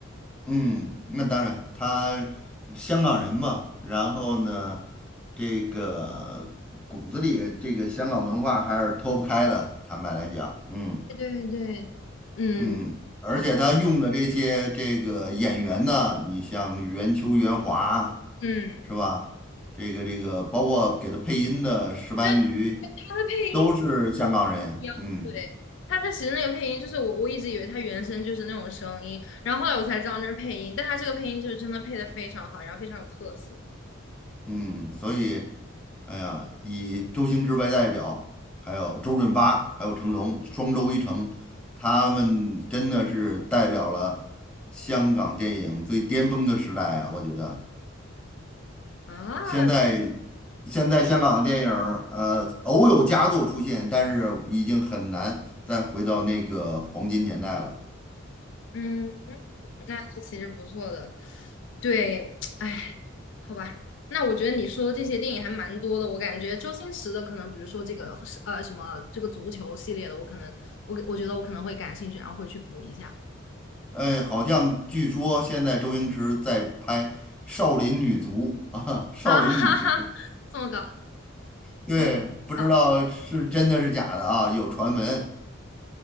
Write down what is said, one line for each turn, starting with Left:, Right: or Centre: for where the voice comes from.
Centre: 嗯，那当然，他香港人嘛，然后呢，这个骨子里这个香港文化还是脱不开的，坦白来讲，嗯。
Left: 对对对，嗯，
Centre: 嗯，而且他用的这些这个演员呢，
Left: 好吧，
Centre: 你像袁秋、袁华，
Left: 嗯，
Centre: 是吧？这个这个，包括给他配音的石斑鱼，
Left: 因为它的配音。
Centre: 都是香港人。
Left: 很重要，
Centre: 嗯
Left: 对。他他其实那个配音就是我我一直以为他原声就是那种声音，然后后来我才知道那是配音，但他这个配音就是真的配的非常好，然后非常有特色
Centre: 嗯，所以，哎呀，以周星驰为代表，还有周润发，还有成龙，双周一成，他们真的是代表了香港电影最巅峰的时代啊！我觉得
Left: 啊，
Centre: 现在现在香港的电影儿，呃，偶有佳作出现，但是已经很难再回到那个黄金年代了。
Left: 嗯，那其实不错的，对，哎，好吧，那我觉得你说的这些电影还蛮多的，我感觉周星驰的可能比如说这个是呃什么这个足球系列的，我可能我我觉得我可能会感兴趣，然后会去补一下
Centre: 哎，好像据说现在周星驰在拍《少林女足》<laughs> 啊，《少林女足》
Left: 啊，<laughs> 哈哈，这么搞，
Centre: 对，
Left: 这么搞，
Centre: 不知道是真的是假的啊，有传闻。